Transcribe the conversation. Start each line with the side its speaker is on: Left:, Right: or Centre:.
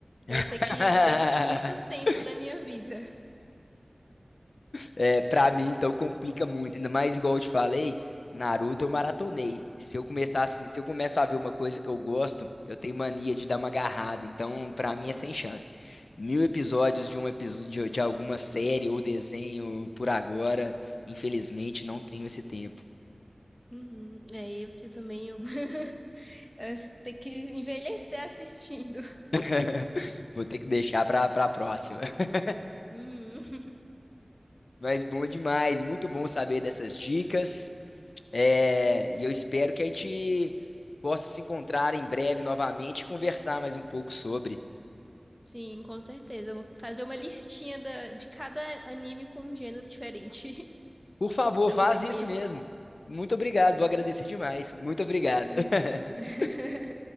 Centre: Eu ia
Left: <laughs>
Centre: ter que dedicar muito tempo da minha vida.
Left: É, pra mim, então, complica muito. Ainda mais igual eu te falei, Naruto eu maratonei. Se eu começasse, se eu começo a ver uma coisa que eu gosto, eu tenho mania de dar uma agarrada. Então, pra mim é sem chance. Mil episódios de um episódio de alguma série ou desenho por agora, infelizmente não tenho esse tempo.
Centre: Uhum, é, eu se também eu, <laughs> eu ter que envelhecer assistindo.
Left: <laughs> Vou ter que deixar pra, pra próxima. <laughs>
Centre: Uhum.
Left: Mas bom demais, muito bom saber dessas dicas. É, e eu espero que a gente possa se encontrar em breve novamente e conversar mais um pouco sobre.
Centre: <laughs> Sim, com certeza. Eu vou fazer uma listinha da- de cada anime com um gênero diferente <laughs>
Left: Por favor,
Centre: pra
Left: faz
Centre: você conhecer.
Left: isso mesmo. Muito obrigado, vou agradecer demais. Muito obrigado.
Centre: Hum.
Left: <laughs>
Centre: <laughs>